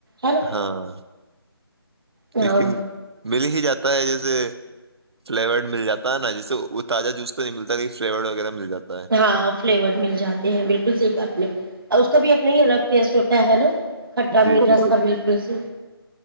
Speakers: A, on the right; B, on the right.
A: ہے نا
B: ہاں
A: ہاں
B: لیکن مل ہی جاتا ہے جیسے فلیورڈ مل جاتا ہے نا جیسے وہ تازہ جوس تو نہیں ملتا فلیورڈ وغیرہ مل جاتا ہے
A: ہاں فلیورڈ مل جاتے ہیں بالکل صحی کا اپنے اس کا بھی اپنا ہی الگ ٹیسٹ ہوتا ہے نا کھٹا
B: جی
A: میٹ
B: جی
A: راستہ بالکل صحی